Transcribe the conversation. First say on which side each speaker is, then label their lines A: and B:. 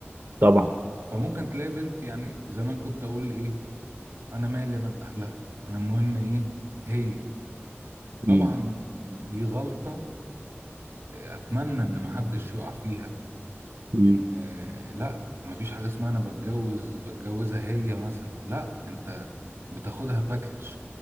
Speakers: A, on the right; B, on the right.
A: طبعا
B: فممكن تلاقي بنت يعني زمان كنت اقول ايه انا مالي انا باهلها انا المهم ايه هي طبعا
A: امم
B: دي غلطة اتمنى ان محدش يقع فيها
A: امم
B: ان لا مفيش حاجه اسمها انا بتجوز بتجوزها هي مثلا لا انت بتاخدها باكج